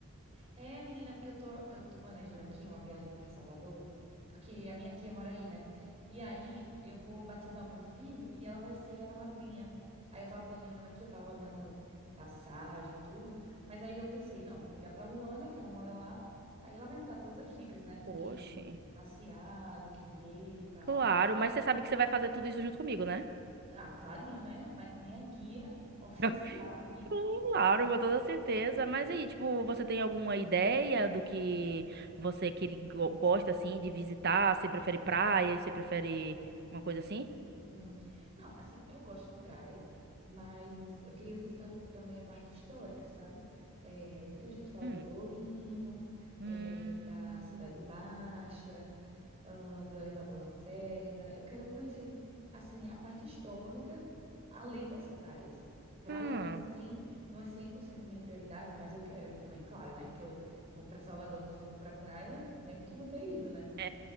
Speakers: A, on the right; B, on the right.
A: É, menina, porque eu tô, eu tô planejando aqui uma viagem pra Salvador, porque a minha tia mora aí, né? E aí eu vou batizar o meu filho e ela vai ser a madrinha. Aí eu tava planejando aqui, eu tava olhando passagem, tudo, mas aí eu pensei, não, vou ligar pra Luana, que ela mora lá, aí ela vai me dar todas as dicas, né, do
B: Oxe,
A: que passear, do que ver e tal.
B: claro, mas você sabe que você vai fazer tudo isso junto comigo, né?
A: Ah, clarinho, né? Ma- Minha guia oficial
B: <laughs>
A: aqui.
B: Claro, com toda certeza. Mas aí, tipo, você tem alguma ideia do que você que go- gosta assim de visitar? Você prefere praia? Você prefere uma coisa assim?
A: Hum. Não, assim, eu gosto de praia, mas eu queria visitar também a parte histórica, sabe? É, muita gente fala
B: Hum.
A: do Pelourinho,
B: Hum.
A: é, da Cidade Baixa, ah, do Elevador Lacerda. Eu quero conhecer, assim, a parte histórica, além das praias. Praia
B: Hum.
A: não é 100, não é 100% minha prioridade, mas eu quero ir também, claro, né? Que eu vou para Salvador, não for para praia, mesmo que não ter ido, né?
B: É,